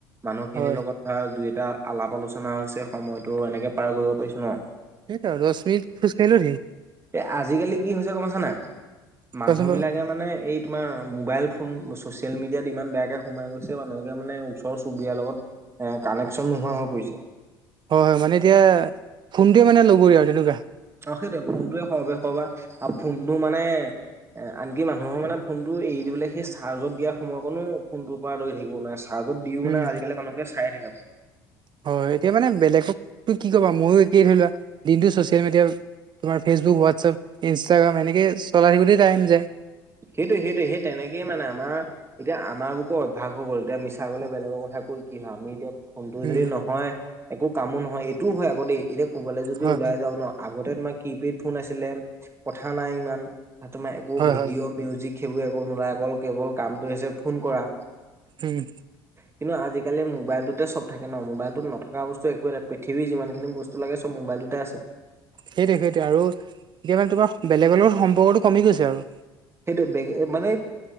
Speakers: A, on the right; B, on the right.
A: মানুহখিনিৰ
B: হয়
A: লগত ধৰা দুই এটা আলাপ আলোচনা হৈছে সময়তো এনেকে পাৰ কৰিব পাৰিছো ন।
B: সেইটোৱেই আৰু দছ মিনিটত খোজ কাঢ়িলেও ধেৰ।
A: এ আজিকালি কি হৈছে গম পাইছা নাই মানুহ
B: কোৱাচোন বাৰু
A: বিলাকে মানে এই তোমাৰ মোবাইল ফোন ছ'চিয়েল মিডিয়াত ইমান বেয়াকে সোমাই গৈছে মানুহ বিলাকে মানে ওচৰ চুবুৰীয়াৰ লগত কানেকশ্যন নোহোৱা হৈ পৰিছে।
B: হয় হয় মানে এতিয়া ফোনটোৱে মানে লগৰীয়া আৰু তেনেকুৱা।
A: অ সেইটোয়ে ফোনটয়ে সৰবে সবা আৰু ফোনটো মানে- এ আনকি মানুহৰ মানে ফোনটো এৰি দিবলৈ সেই চাৰ্জত দিয়া সময়কণো ফোনটোৰ পৰা আতৰি থাকিব নোৱাৰে। চাৰ্জত দিও মানে
B: উম
A: আজিকালি মানুহবোৰ চাই থাকে ফোনটো।
B: হয় এতিয়া মানে বেলেগকো কি কবা ময়ো একেই ধৰি লোৱা দিনটো চচিয়েল মিডিয়াত- তোমাৰ ফেচবুক হোৱাটছআপ ইনষ্টাগ্ৰাম এনেকে চলাই থাকোঁতে টাইম যায়।
A: সেইটো সেইটো সেই তেনেকেই মানে আমাৰ- এতিয়া আমাৰ বোৰক অভ্যাস হৈ গ'ল এতিয়া মিছা গলে বেলেগৰ কথা কৈ কি হয় আমি এতিয়া- ফোনটো
B: উম
A: যদি নহয় একো কামো নহয় এইটোও হয় আকৌ দেই এতিয়া কোবালৈ যদিও
B: হয়
A: ওলাই যাওঁ ন- আগতে তোমাৰ কিপেড ফোন আছিলে কথা নাই ইমান তাত তোমাৰ একো-
B: হয়
A: ভিডিঅ'
B: হয় হয়
A: মিউজিক সেইবোৰ একো নোলাই অকল কেৱল কামটো হৈছে ফোন কৰা।
B: হম।
A: কিন্তু আজিকালি মোবাইলটোতে চব থাকে ন মোবাইলটোত নথকা বস্তু একোৱ নাই পৃথিৱীৰ যিমানখিনি বস্তু- তটো লাগে চব মবাইলটোতে আছে।
B: সেইটোৱ সেইটোৱ আৰু এতিয়া মানে তোমাৰ বেলেগৰ লগত সম্পৰ্কতটো কমি গৈছে আৰু-
A: সেইটো বেগ মানে-